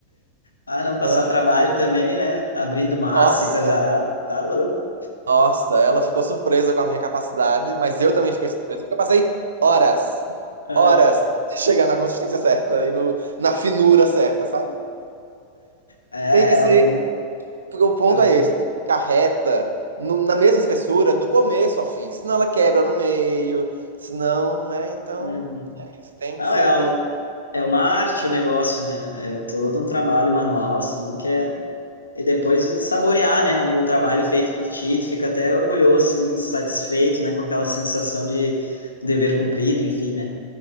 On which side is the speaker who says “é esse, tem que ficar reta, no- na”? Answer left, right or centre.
Right